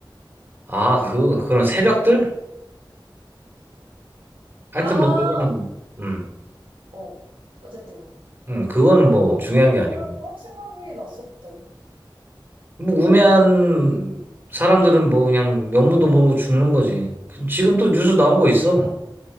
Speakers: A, on the right; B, on the right.
A: 아, 그 그런 새벽들? 하여튼
B: 아,
A: 뭐 그거는 음,
B: 어. 어쨌든가.
A: 음 그거는 뭐 중요한
B: 어,
A: 게 아니고
B: 그런, 그런 생각이 났어, 갑자기.
A: 뭐 우매한 사람들은 뭐 그냥 명문도 모르고 죽는 거지. 지금 또 뉴스 나온 거 있어.